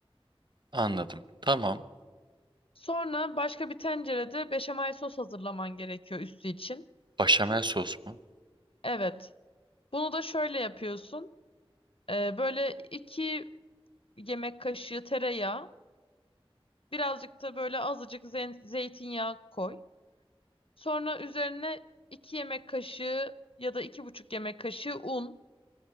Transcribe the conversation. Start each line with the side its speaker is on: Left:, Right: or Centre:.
Right: Anladım. Tamam.
Left: Sonra başka bir tencerede beşamel sos hazırlaman gerekiyor üstü için.
Right: Başamel sos mu?
Left: Evet. Bunu da şöyle yapıyorsun. Ee, böyle iki yemek kaşığı tereyağı Birazcık da böyle azıcık zen- zeytinyağı koy. Sonra üzerine 2 yemek kaşığı ya da iki buçuk yemek kaşığı un.